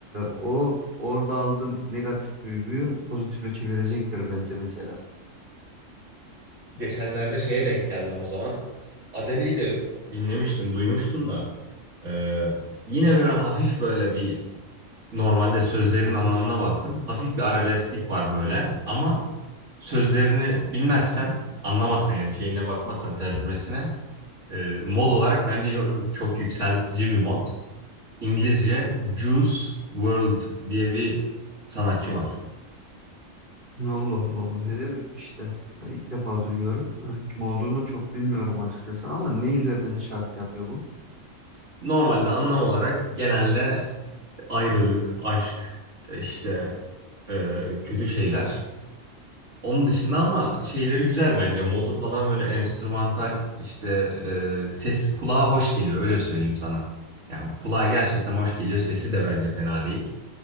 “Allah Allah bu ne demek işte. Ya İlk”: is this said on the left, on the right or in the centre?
Right